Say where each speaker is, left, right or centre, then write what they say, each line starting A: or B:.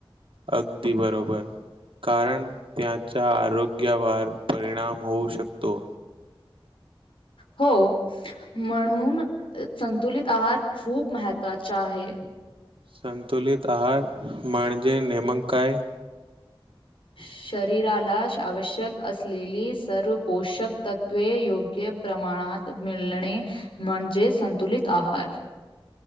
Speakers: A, on the right; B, on the left.
A: अगदी बरोबर, कारण त्याच्या आरोग्यावर परिणाम होऊ शकतो
B: हो, म्हणून संतुलित आहार खूप महत्त्वाचा आहे.
A: संतुलित आहार म्हणजे नेमक काय?
B: शरीराला आवश्यक असलेली सर्व पोषक तत्त्वे योग्य प्रमाणात मिळणे म्हणजे संतुलित आहार